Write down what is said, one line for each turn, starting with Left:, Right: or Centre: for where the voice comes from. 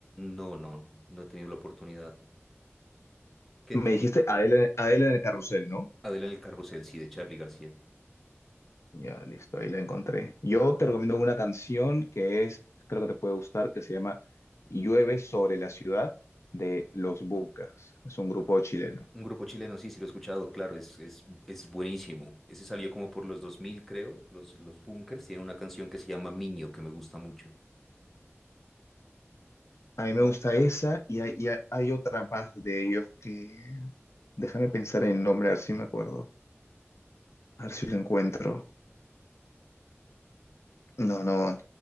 Centre: No, no, no he tenido la oportunidad. ¿Qué,
Left: Me
Centre: qué
Left: dijiste
Centre: tipo?
Left: Adela, Adela en el carrusel, ¿no?
Centre: Adela en el carrusel, sí, de Charly García.
Left: Ya, listo, ahí la encontré. Yo te recomiendo una canción que es, creo que te puede gustar, que se llama Llueve sobre la ciudad de Los Bunkers. Es un grupo chileno.
Centre: Un grupo chileno, sí, sí lo he escuchado, claro, es, es, es buenísimo. Ese salió como por los 2000 creo, los, los Bunkers. Tiene una canción que se llama Miño, que me gusta mucho.
Left: A mí me gusta
Centre: La, la-
Left: esa y hay, y hay- hay otra más de ellos que... Déjame pensar en el nombre, a ver si me acuerdo. A ver si lo encuentro. No, no,